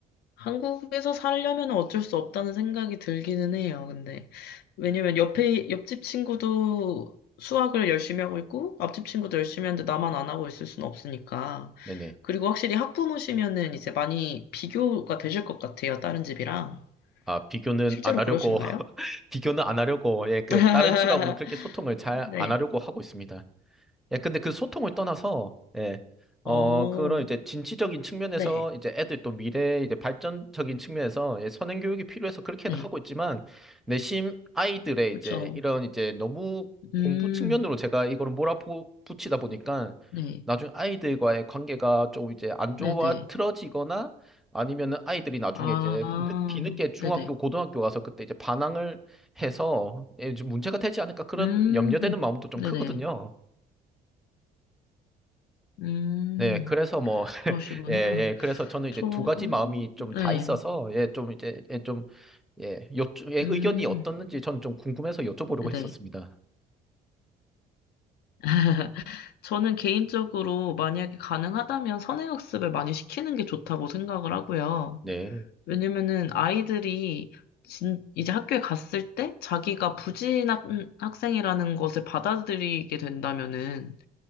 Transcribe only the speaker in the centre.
네네.
아, 비교는
안 하려고,
<laughs> 비교는 안 하려고, 예, 그,
다른 집하고는 그렇게 소통을 잘
안 하려고 하고 있습니다. 예, 근데 그 소통을 떠나서, 예, 어,
그런 이제 진취적인 측면에서
이제 애들 또 미래 이제 발전적인 측면에서 예, 선행 교육이 필요해서 그렇게는
하고 있지만, 내심 아이들의
이제 이런 이제 너무
공부 측면으로 제가 이거를 몰아붙이다 보니까
나중에 아이들과의 관계가 좀 이제 안 좋아
틀어지거나 아니면은 아이들이 나중에
이제 늦- 뒤늦게 중학교,
고등학교 가서 그때 이제 반항을 해서 예, 좀 문제가 되지 않을까 그런
염려되는 마음도 좀
크거든요.
네, 그래서 뭐, <laughs>
예, 예, 그래서 저는 이제
두 가지
마음이 좀
다 있어서, 예, 좀 이제, 예, 좀, 예, 요, 예,
의견이 어떻는지 저는 좀 궁금해서 여쭤보려고
했었습니다.
네,